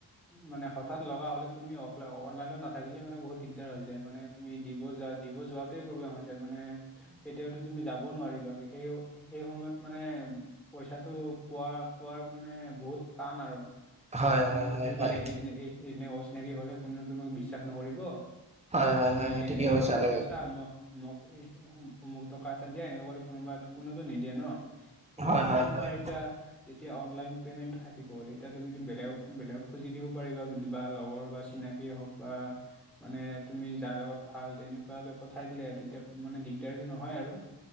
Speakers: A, in the centre; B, on the right.
A: মানে হঠাৎ লগা হ'লে তুমি অফলাই অনলাইনত নাথাকিলে মানে বহুত দিগদাৰ হৈ যায়। মানে তুমি দিব যা দিব যোৱাতে প্ৰব্লেম হৈ মানে কেতিয়াওটো তুমি যাব নোৱাৰিবা। সেই সেই সময়ত মানে পইচাটো পোৱা পোৱাৰ মানে বহুত টান আৰু।
B: হয়
A: বা কোনেওটো
B: হয় হয়
A: তোমাক
B: হয়
A: এদ এই এদিন অচিনাকি হলে কোনেও তোমাক বিশ্বাস নকৰিব।
B: হয়
A: বোলে
B: হয়
A: তুমি
B: হয় হয়
A: এনে
B: ঠিকে
A: এনেকুৱা
B: কৈছা
A: ফাছি
B: তুমি
A: আছা। ম মক এই মোক টকা এটা দিয়া এনেকে ক'লে কোনোবা কোনোটো নিদিয়ে ন? সেইটো
B: হয়
A: কাৰণে
B: হয়
A: তোমাৰ
B: হয়
A: ইটা যেতিয়া অনলাইন পেমেণ্টটো থাকিব তেতিয়া তুমিতো বেলেগক বেলেগক খুজি দিব পাৰিবা বা লগৰ বা চিনাকি হওক। বা মানে তুমি যাৰ লগত ভাল তেনেকুৱাকে পঠাই দিলে তেতিয়া মানে দিগদাৰীটো নহয় আৰু।